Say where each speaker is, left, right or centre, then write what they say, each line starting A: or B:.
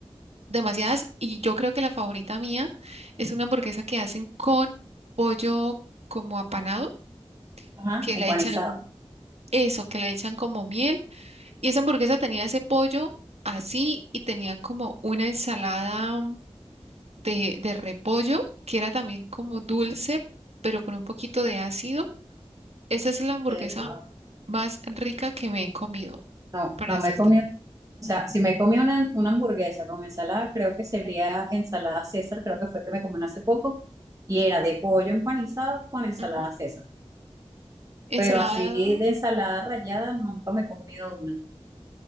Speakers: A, on the right; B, on the right.
A: demasiadas y yo creo que la favorita mía es una hamburguesa que hacen con pollo como apanado,
B: Ajá,
A: que
B: empanizado.
A: le echan eso, que le echan como miel. Y esa hamburguesa tenía ese pollo así y tenía como una ensalada de, de repollo, que era también como dulce, pero con un poquito de ácido. Esa es la hamburguesa
B: Eh, wow.
A: más rica que me he comido,
B: No,
A: para
B: no
A: decirte.
B: me he comido. O sea, si me he comido una, una hamburguesa con ensalada, creo que sería ensalada César, creo que fue que me comí hace poco, y era de pollo empanizado con ensalada
A: Ujú.
B: César. Pero
A: Ensalada,
B: así de ensalada rallada nunca me he comido una.